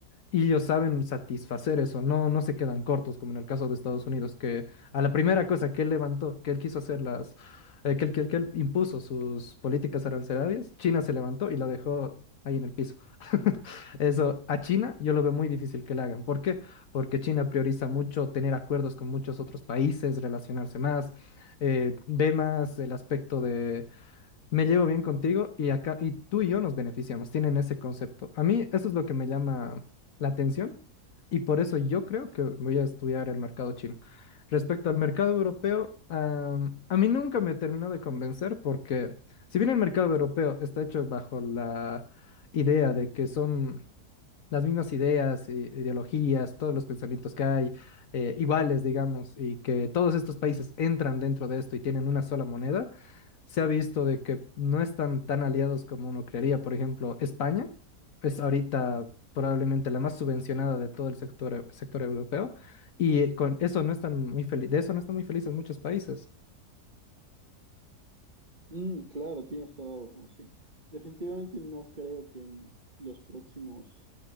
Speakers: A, on the left; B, on the right.
A: Y ellos saben satisfacer eso, no, no se quedan cortos, como en el caso de Estados Unidos, que a la primera cosa que él levantó, que él quiso hacer las, eh, que él, que él- que él impuso sus políticas arancelarias, China se levantó y la dejó ahí en el piso. <laughs> Eso, a China yo lo veo muy difícil que le hagan. ¿Por qué? Porque China prioriza mucho tener acuerdos con muchos otros países, relacionarse más, eh, ve más el aspecto me llevo bien contigo y acá y tú y yo nos beneficiamos, tienen ese concepto. A mí eso es lo que me llama la atención y por eso yo creo que voy a estudiar el mercado chino. Respecto al mercado europeo, am, a mí nunca me terminó de convencer porque si bien el mercado europeo está hecho bajo la idea de que son las mismas ideas, i- ideologías, todos los pensamientos que hay eh, iguales, digamos, y que todos estos países entran dentro de esto y tienen una sola moneda, se ha visto de que no están tan aliados como uno creería. Por ejemplo, España es ahorita
B: ujú.
A: probablemente la más subvencionada de todo el sector, eu- sector europeo y eh, con eso no están muy felices, de eso no están muy felices muchos países.
B: Mm, claro, tienes toda la razón, sí. Definitivamente no creo que en los próximos